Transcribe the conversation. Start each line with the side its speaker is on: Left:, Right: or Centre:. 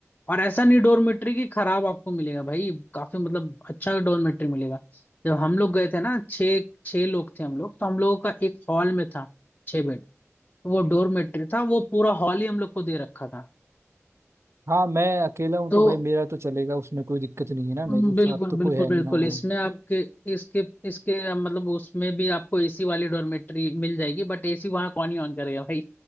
Left: और ऐसा नहीं डोरमेट्री की खराब आपको मिलेगा भाई काफी मतलब अच्छा डोरमेट्री मिलेगा जब हम लोग गए थे ना छः छः लोग थे हम लोग तो हम लोगों का एक हॉल में था छः बेड तो वो डोरमेट्री था वो पूरा हॉल ही हम लोग को दे रखा था
Right: हाँ मैं अकेला हूँ
Left: तो
Right: तो भाई मेरा तो चलेगा उसमें कोई दिक्कत नहीं है ना मेरे
Left: हम्म,
Right: साथ
Left: बिल्कुल
Right: तो कोई
Left: बिल्कुल
Right: है
Left: बिल्कुल
Right: नहीं हाँ
Left: इसमें आपके इसके इसके अ, मतलब उसमें भी आपको एसी वाली डॉर्मेट्री मिल जाएगी बट एसी वहां कौन ही ऑन करेगा भाई